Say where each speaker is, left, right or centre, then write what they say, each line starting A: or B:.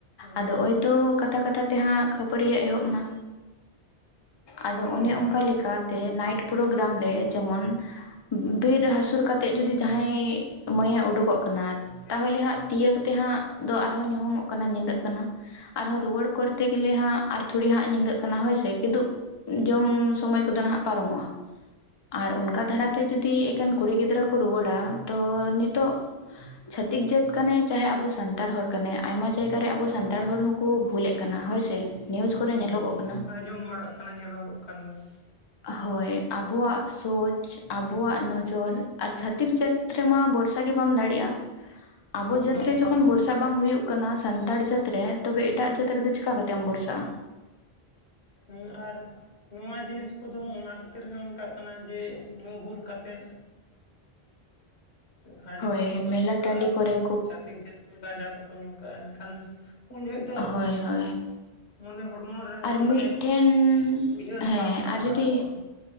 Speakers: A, on the left; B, on the left.
A: ᱟᱫᱚ
B: ᱦᱩᱸ
A: ᱚᱭᱛᱚ ᱠᱟᱛᱷᱟ ᱠᱟᱛᱷᱟ ᱛᱮᱦᱟᱸᱜ ᱠᱷᱟᱹᱯᱟᱹᱨᱤᱭᱟᱹ ᱮᱦᱚᱵ ᱮᱱᱟ᱾ ᱟᱫᱚ
B: ᱦᱩᱸ
A: ᱚᱱᱮ ᱚᱱᱠᱟ ᱞᱮᱠᱟᱛᱮ ᱱᱟᱭᱤᱴ ᱯᱨᱚᱜᱨᱟᱢ ᱨᱮ ᱡᱮᱢᱚᱱ ᱵᱤᱨ ᱦᱟᱹᱥᱩᱨ ᱠᱟᱛᱮᱫ ᱡᱩᱫᱤ ᱡᱟᱦᱟᱸᱭ ᱢᱟᱹᱭᱮ ᱩᱰᱩᱠᱚᱜ ᱠᱟᱱᱟ᱾ ᱛᱟᱦᱚᱞᱮ ᱦᱟᱸᱜ ᱛᱤᱭᱟᱜ ᱛᱮ ᱦᱟᱸᱜ ᱫᱚ ᱟᱨᱦᱚᱸ ᱧᱩᱦᱩᱢᱚᱜ ᱠᱟᱱᱟ ᱧᱤᱫᱟᱹᱜ ᱠᱟᱱᱟ᱾ ᱟᱨᱦᱚᱸ ᱨᱩᱣᱟᱹᱲ ᱠᱚᱨᱛᱮ ᱜᱮᱞᱮ ᱦᱟᱸᱜ ᱟᱨ ᱛᱷᱚᱲᱤ ᱦᱟᱸᱜ ᱧᱤᱫᱟᱹᱜ ᱠᱟᱱᱟ ᱦᱳᱭᱥᱮ ᱠᱤᱫᱩ ᱡᱚᱢ ᱥᱩᱢᱚᱭ ᱠᱚᱫᱚ ᱱᱟᱦᱟᱜ ᱯᱟᱨᱚᱢᱚᱜᱼᱟ ᱟᱨ ᱚᱱᱠᱟ ᱫᱷᱟᱨᱟᱛᱮ
B: ᱦᱩᱸ
A: ᱡᱩᱫᱤ ᱮᱠᱮᱱ ᱠᱩᱲᱤ ᱜᱤᱫᱽᱨᱟᱹ ᱠᱚ ᱠᱚ ᱨᱩᱣᱟᱹᱲᱟ ᱛᱚ ᱱᱤᱛᱚᱜ ᱪᱷᱟᱹᱛᱤᱠ ᱡᱟᱹᱛ ᱠᱟᱱᱟᱭ ᱪᱟᱦᱮ ᱟᱵᱚ ᱥᱟᱱᱛᱟᱲ ᱥᱟᱱᱛᱟᱲ ᱦᱚᱲ ᱠᱟᱱᱟᱭ ᱟᱭᱢᱟ ᱡᱟᱭᱜᱟ ᱨᱮ ᱟᱵᱚ ᱥᱟᱱᱛᱟᱲ ᱦᱚᱲ ᱦᱚᱸᱠᱚ ᱵᱷᱩᱞᱮᱫ ᱠᱟᱱᱟ ᱦᱳᱭ ᱥᱮ ᱱᱤᱭᱩᱡ ᱠᱚᱨᱮ
B: ᱦᱩᱸ
A: ᱧᱮᱞᱚᱜᱚᱜ ᱠᱟᱱᱟ
B: ᱟᱸᱡᱚᱢ ᱵᱟᱲᱟᱜ ᱠᱟᱱᱟ ᱧᱮᱞᱚᱜᱚᱜ ᱠᱟᱱ ᱜᱮᱭᱟ
A: ᱦᱳᱭ ᱟᱵᱚᱣᱟᱜ ᱥᱳᱪ ᱟᱵᱚᱣᱟᱜ ᱱᱚᱡᱚᱨ ᱟᱨ ᱪᱷᱟᱛᱤᱠ ᱡᱟᱛ ᱨᱮᱢᱟ ᱵᱚᱨᱥᱟ ᱵᱚᱨᱥᱟ ᱜᱮ ᱵᱟᱢ ᱫᱟᱲᱮᱭᱟᱜᱼᱟ ᱟᱵᱚ
B: ᱮᱠᱫᱚᱢ
A: ᱡᱟᱹᱛ ᱨᱮ
B: ᱵᱟᱝ
A: ᱡᱚᱠᱷᱚᱱ ᱵᱚᱨᱥᱟ ᱵᱟᱝ ᱦᱩᱭᱩᱜ ᱠᱟᱱᱟ ᱦᱩᱭᱩᱜ ᱠᱟᱱᱟ ᱥᱟᱱᱛᱟᱲ ᱡᱟᱹᱛ ᱨᱮ ᱛᱚᱵᱮ ᱮᱴᱟᱜ ᱡᱟᱹᱛ ᱨᱮᱫᱚ ᱪᱤᱠᱟ ᱠᱟᱛᱮᱢ ᱵᱷᱚᱨᱥᱟᱜᱼᱟ
B: ᱦᱮᱸ ᱟᱨ ᱱᱚᱣᱟ ᱡᱤᱱᱤᱥ ᱠᱚᱫᱚ ᱚᱱᱟ ᱠᱷᱟᱹᱛᱤᱨ ᱜᱮ ᱚᱱᱠᱟᱜ ᱠᱟᱱᱟ ᱡᱮ ᱧᱩ ᱵᱩᱞ ᱠᱟᱛᱮᱫ ᱦᱟᱺᱰᱤ
A: ᱦᱳᱭ
B: ᱯᱟᱹᱨᱣᱟᱹ
A: ᱢᱮᱞᱟ
B: ᱠᱚ ᱧᱩ
A: ᱴᱟᱺᱰᱤ
B: ᱠᱟᱜᱼᱟ
A: ᱠᱚᱨᱮ
B: ᱩᱱᱠᱩ ᱪᱷᱟᱹᱛᱤᱠ ᱡᱟᱹᱛ ᱠᱚ ᱜᱟᱸᱡᱟ ᱠᱚ ᱠᱚ ᱧᱩ ᱠᱟᱜᱼᱟ ᱮᱱᱠᱷᱟᱱ ᱩᱱ ᱡᱚᱦᱚᱜ ᱫᱚ
A: ᱦᱳᱭ ᱦᱳᱭ
B: ᱢᱚᱱᱮ ᱦᱚᱲᱢᱚ ᱨᱮ
A: ᱟᱨ
B: ᱢᱟᱱᱮ
A: ᱢᱤᱫᱴᱷᱮᱱ
B: ᱩᱭᱦᱟᱹᱨ
A: ᱦᱮᱸ
B: ᱵᱟᱝ ᱥᱟᱢᱴᱟᱣ
A: ᱟᱨ ᱡᱩᱫᱤ
B: ᱠᱚᱜᱼᱟ